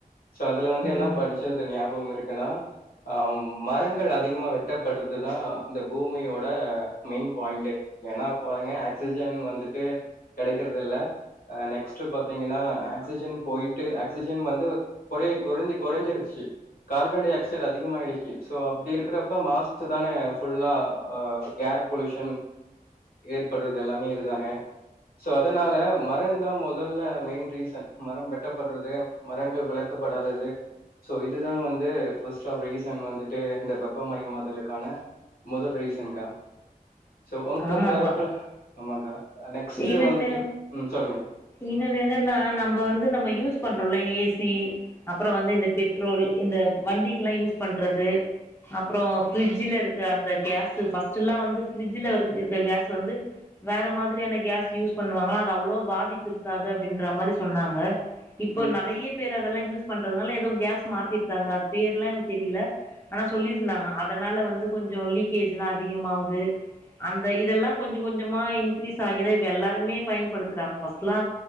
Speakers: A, on the left (about 75°); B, on the left (about 15°).
A: சோ அதுல வந்து என்ன
B: ம்
A: படிச்சது ஞாபகோ இருக்குன்னா ஆ மரங்கள் அதிகமா வெட்டப்படுறதுதா இந்த பூமியோட ட மெயின் பாயிண்ட்டே ஏன்னா பாருங்க ஆக்சிஜன் வந்துட்டு கெடைக்கரத்துல்ல நெக்ஸ்டு பாத்தீங்கன்னா ஆக்சிஜன் போயிட்டு ஆக்சிஜன் வந்து கொறைய கொறைஞ்ச கொறைஞ்சிடுச்சு கார்பன் டை ஆக்சைடு அதிகமாயிடுச்சு ஸோ அப்படி இருக்கிறப்ப மாசுக்குதானே ஃபுல்லா ஆஹ் ஏர் பொலூஷன் ஏற்படுறது எல்லாமே இதுதானே சோ அதனால மரம் தான் முதல்ல மெயின் ரீசன் மரம் வெட்டப்படுறது மரங்கள் வளர்க்கப்படாதது சோ இதுதான் வந்து ஃபர்ஸ்ட்ஆப் ரீசன் வந்துட்டு இந்த வெப்பமயமாதலுக்கான முதல் ரீசன் <unintelligible> சோ உங்கதகப்ப
B: ஆமாப்பா
A: ஆமாங்கா நெக்ஸ்ட்டு
B: இன்னொன்னு
A: வந்துட்டு உம் சொல்லுங்க
B: இன்னொன்னு என்னன்னா நம்ம வந்து நம்ம யூஸ் பண்றோம்ல ஏ சி அப்புறம் வந்து இந்த பெட்ரோல் இந்த வண்டிக்குலாம் யூஸ் பண்றது அப்புறம் பிரிட்ஜ்ல இருக்க அந்த கேஸ்சு ஃபர்ஸ்ட்லா வந்து ஃப்ரிட்ஜ் இதுல இருக்க கேஸ் வந்து வேற மாதிரியான கேஸ் யூஸ் பண்ணுவாங்களா அது அவ்வளவு பாதிப்பு இருக்காது அப்டின்ற மாரி சொன்னாங்க இப்போ
A: ம்
B: நிறைய பேர அதெல்லாம் யூஸ் பண்றதுனால ஏதோ கேஸ் மாத்திருக்காங்க அது பேர்லாம் எனக்கு தெரியல ஆனா சொல்லியிருந்தாங்க அதனால வந்து கொஞ்சம் லீக்கேஜ் எல்லாம் அதிகமாவுது அந்த இதெல்லா கொஞ்சு கொஞ்சமா இன்கிரீஸ் ஆகிதா இப்ப எல்லாருமே பயன்படுத்துறாங்க பஸ்ட்லா